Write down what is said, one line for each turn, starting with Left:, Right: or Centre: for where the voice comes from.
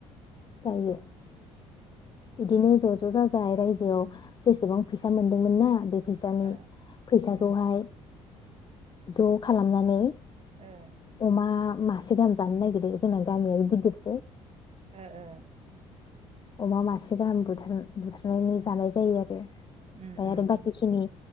Left: जायो बिदिनो ज' ज' जाजाय रायजोआव जेसेबां फैसा मोनदोंमोन ना बे फैसानि
Right: ओ
Left: फैसाखौहाय
Right: उम
Left: ज' खालामनानै
Right: ओ
Left: अमा मा से गाहाम जानो नागिरो जोंना गामियाबो गिदिरसै
Right: ओ ओ
Left: अमा मासे गाहाम बुथार बुथारनानै जानाय जायो आरो
Right: उम
Left: <inaudible>
Right: उम
Left: आरो बाखिखिनि